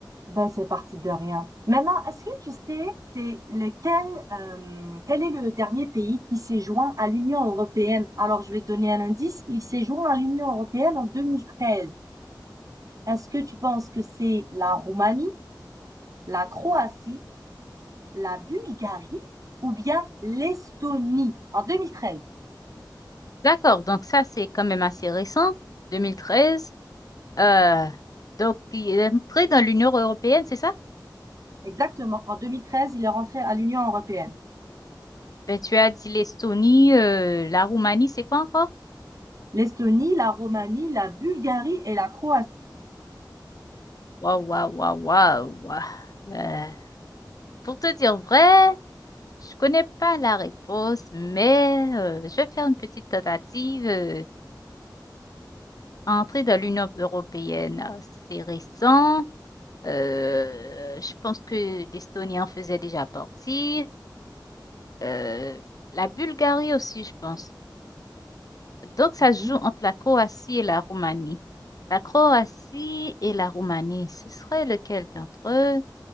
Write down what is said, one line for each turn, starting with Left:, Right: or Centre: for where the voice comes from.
Right: Ben, c'est parti de rien. Maintenant, est-ce que tu sais, c'est lequel, euh, quel est le dernier pays qui s'est joint à l'Union européenne? Alors, je vais te donner un indice. Il s'est joint à l'Union européenne en 2013. Est-ce que tu penses que c'est la Roumanie, la Croatie, la Bulgarie ou bien l'Estonie? En 2013.
Left: D'accord, donc ça c'est quand même assez récent, 2013. Euh, donc, il est entré dans l'Union européenne, c'est ça?
Right: Exactement. En 2013, il est rentré à l'Union européenne.
Left: Ben, tu as dit l'Estonie, euh, la Roumanie, c'est quoi encore?
Right: L'Estonie, la Roumanie, la Bulgarie et la Croatie.
Left: Waouh, waouh, waouh, waouh. waouh. Euh, Pour te dire vrai, je connais pas la réponse, mais euh, je vais faire une petite tentative. euh, entrer dans l'Union européenne, euh, c'est récent. Euh, je pense que l'Estonie en faisait déjà partie. Euh, la Bulgarie aussi, je pense. Donc, ça
Right: Mhm.
Left: se joue entre la Croatie et la Roumanie. La Croatie et la Roumanie, ce serait lequel d'entre eux?